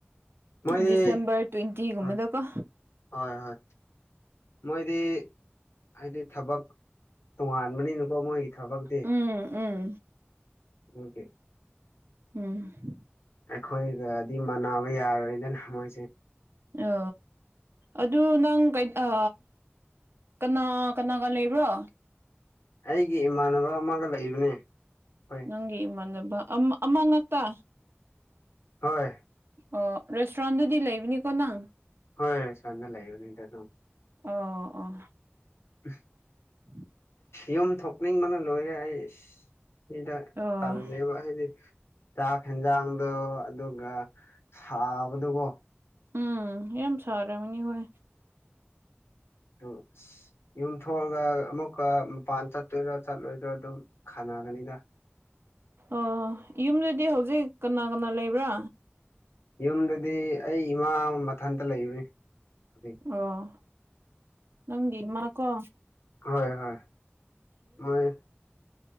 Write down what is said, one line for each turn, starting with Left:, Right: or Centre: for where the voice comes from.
Left: ꯃꯣꯏꯗꯤ
Right: ꯗꯤꯁꯦꯝꯕꯔ ꯇ꯭ꯋꯦꯟꯇꯤꯒꯨꯝꯕꯗꯀꯣ
Left: ꯍꯣꯏ ꯍꯣꯏ ꯍꯣꯏ ꯃꯣꯏꯗꯤ ꯍꯥꯏꯗꯤ ꯊꯕꯛ ꯇꯣꯉꯥꯟꯕꯅꯤꯅꯀꯣ ꯃꯣꯏꯒꯤ ꯊꯕꯛꯇꯤ
Right: ꯎꯝ ꯎꯝ
Left: ꯗꯨꯇꯤ
Right: ꯎꯝ
Left: ꯑꯩꯈꯣꯏꯒꯗꯤ ꯃꯥꯟꯅꯕ ꯌꯥꯔꯣꯏꯗꯅ ꯃꯣꯏꯁꯦ
Right: ꯑ ꯑꯗꯨ ꯅꯪ ꯀꯩꯠ ꯑ ꯀꯅꯥ ꯀꯅꯥꯒ ꯂꯩꯕ꯭ꯔꯣ
Left: ꯑꯩꯒꯤ ꯏꯃꯥꯟꯅꯕ ꯑꯃꯒ ꯂꯩꯕꯅꯦ ꯍꯣꯏ
Right: ꯅꯪꯒꯤ ꯏꯃꯥꯟꯅꯕ ꯑꯃ ꯑꯃ ꯉꯥꯛꯇ
Left: ꯍꯣꯏ
Right: ꯑꯣ ꯔꯦꯁꯇ꯭ꯔꯣꯟꯗꯗꯤ ꯂꯩꯕꯅꯦꯀꯣ ꯅꯪ
Left: ꯍꯣꯏ ꯁꯥꯔꯅ ꯂꯩꯕꯅꯤ <unintelligible>
Right: ꯑꯣ ꯑꯣ
Left: ꯎ
Right: ꯎꯝ
Left: ꯌꯨꯝ ꯊꯣꯛꯅꯤꯡꯕꯅ ꯂꯣꯏꯔꯦ ꯑꯩꯁ ꯁꯤꯗ
Right: ꯑꯣ
Left: ꯇꯜꯂꯦꯕ ꯍꯥꯏꯗꯤ ꯆꯥꯛ ꯍꯦꯟꯖꯥꯡꯗ ꯑꯗꯨꯒ ꯁꯥꯕꯗꯨꯀꯣ
Right: ꯎꯝ ꯌꯥꯝꯦꯝ ꯁꯔꯅꯤ ꯑꯣꯏꯣꯏ
Left: ꯑ ꯌꯨꯝ ꯊꯣꯛꯂꯒ ꯑꯃꯨꯛꯀ ꯃꯄꯥꯟ ꯆꯠꯇꯣꯏꯗ ꯆꯠꯂꯣꯏꯗꯔꯥ ꯑꯗꯨꯝ ꯈꯥꯅ ꯃꯥꯒꯅꯤꯒ
Right: ꯑꯣ ꯌꯨꯝꯗꯨꯗꯤ ꯍꯧꯖꯤꯛ ꯀꯅꯥ ꯀꯅꯥ ꯂꯩꯕ꯭ꯔꯥ
Left: ꯌꯨꯝꯗꯗꯤ ꯑꯩ ꯏꯃꯥ ꯃꯊꯟꯇ ꯂꯩꯕꯅꯤ ꯍꯧꯖꯤꯛ
Right: ꯑꯣ ꯅꯪ ꯗꯤꯃꯀꯣ
Left: ꯍꯣꯏ ꯍꯣꯏ ꯃꯣꯏ